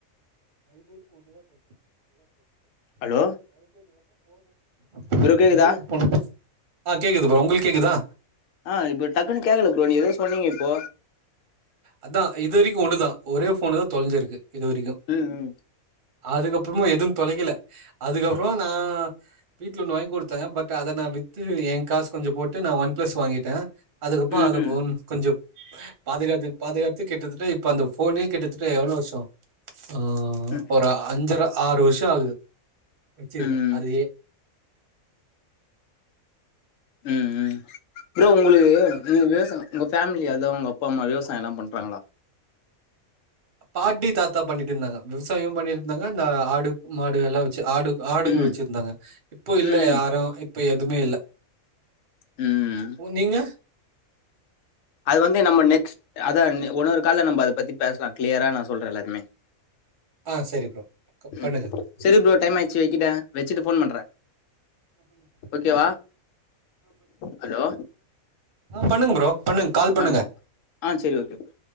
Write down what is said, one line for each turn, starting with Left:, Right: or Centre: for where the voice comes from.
Right: நா இது வரிக்கு ஒன்னுதா <unintelligible> அங்க
Left: ஹலோ
Right: அந்த தொலஞ்சதுகப்றோ ஃபோனு
Left: ப்ரோ கேக்குதா
Right: ஒரே ஒரு ஃபோனு ஆஹ் கேக்குது ப்ரோ உங்களுக்கு கேக்குதா
Left: ஆஹ் இப்போ டக்குன்னு கேக்கல ப்ரோ நீ எதோ சொன்னீங்க இப்போ
Right: அதா இது வரிக்கு ஒண்ணுதா ஒரே ஃபோனு தா தொலைஞ்சிருக்கு இது வரைக்கு
Left: உம் உம்
Right: அதுக்கப்புறமா எதுவு தொலைக்கல அதுக்கப்புறோ நா வீட்ல ஒண்ணு வாங்கி குடுத்த பட் அத நா வித் வித்து ஏ காசு கொஞ்சோ போட்டு நா ஒன் ப்ளஸ் வாங்கிட்ட அதுக்கப்போ
Left: ம்
Right: அத ஃபோன் கொஞ்சோ பாதுகாத்து பாதுகாத்து கிட்டத்தட்ட இப்ப அந்த ஃபோனே கிட்டத்தட்ட எவ்வளோ வருஷோ ஆ
Left: ம்
Right: ஒரு அஞ்சரை ஆறு வருஷ ஆகுது வச்சிருக்கே
Left: ம் ம்
Right: அதயே
Left: ம் ம் ப்ரோ உங்களுக்கு நீங்க பேசனு உங்க ஃபேமிலி அதா உங்க அப்பா அம்மா விவசாய எல்லா பண்றாங்களா
Right: பாட்டி தாத்தா பண்ணிட்டு இருந்தாங்க விவசாயம் பண்ணிட்டு இருந்தாங்க இந்த ஆடு மாடு எல்லா வச்சு ஆடு ஆடுங்க
Left: ம்
Right: வச்சிருந்தாங்க இப்போ இல்ல
Left: ம்
Right: யாரு இப்ப எதுமே இல்ல
Left: ம் ம்
Right: நீங்க
Left: அது வந்து நம்ம நெக்ஸ்ட் அதா ஒன்னொரு கால்ல நம்ம அத பத்தி பேசலா கிளியரா நா சொல்றே எல்லாருமே
Right: ஆ சரி ப்ரோ. க
Left: ம்
Right: பண்ணுங்க.
Left: செரி ப்ரோ டைம் ஆயிச்சு வெக்கிட்டே வெச்சுட்டு ஃபோன் பண்றே
Right: பண்ணுங்க.
Left: ஓகேவா
Right: ஆ
Left: ஹலோ
Right: பண்ணுங்க ப்ரோ பண்ணுங்க கால் பண்ணுங்க.
Left: அ ஆ செரி ஓகே ப்ரோ